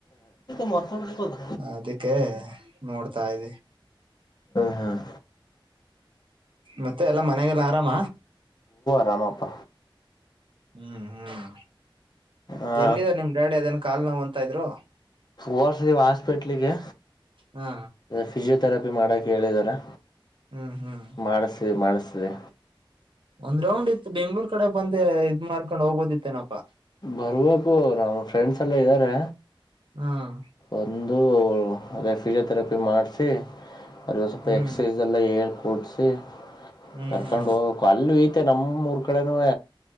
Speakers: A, on the left (about 50°); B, on the right (about 65°).
A: ಮರ್ತದ
B: ಅದಕ್ಕೆ ನೋಡ್ತಾ ಇದೆ
A: ಹ್ಮ್
B: ಮತ್ತೆ ಎಲ್ಲ ಮನೆಗೆಲ್ಲ ಆರಾಮ
A: ರಾಮಪ್ಪ
B: ಹ್ಮ್ ಹ್ಮ್
A: ಆ
B: ಹೆಂಗಿದೆ ನಿಮ್ ಡಡಿ ಅದನ ಕಾಲ್ ನೋವ್ ಅಂತ ಇದ್ರು
A: ಓರ್ಸ್ದೀವ ಹಾಸ್ಪಿಟ್ಲಿಗೆ
B: ಹಾ
A: ಫಿಜಿೋಥರಪಿ ಪಿ ಮಾಡೋಕ ಹೇಳಿದ್ದಾರೆ
B: ಹ್ಮ್ ಹ್ಮ್
A: ಮಾಡ್ಸಿ ಮಾಡ್ಸಿ ಸದೆ
B: ಒಂದ್ ರೌಂಡ್ ಇತ್ತು ಬೆಂಗ್ಳೂರ್ ಕಡೆ ಬಂದ ಇದ್ ಮಾಡ್ಕೊಂಡ್ ಹೋಗ್ಬೋದಿತ್ತೇನಪಾ
A: ಬರ್ಬೇಕು ನಮ್ಮ ಫ್ರೆಂಡ್ಸ್ ಎಲ್ಲ ಇದ್ದಾರೆ
B: ಹ್ಮ್
A: ಒಂದ ಅದು ಅದೇ ಪಿಜಿಯೋತೆರಪಿ ಮಾಡ್ಸಿ ಅ ಸ್ವಲ್ಪ
B: ಹ್ಮ್
A: ಎಕ್ಸಸೈಸ್ ಎಲ್ಲ ಹೇಳ್ ಕೂಡ್ಸಿ
B: ಹ್ಮ್
A: ಕರ್ಕೊಂಡ್
B: ಹ್ಮ್ ಹ್ಮ್
A: ಹೋಗ್ಬೇಕು ಅಲ್ಲಿ ಮತ್ತು ನಮ್ಮ ಊರು ಕಡೆನ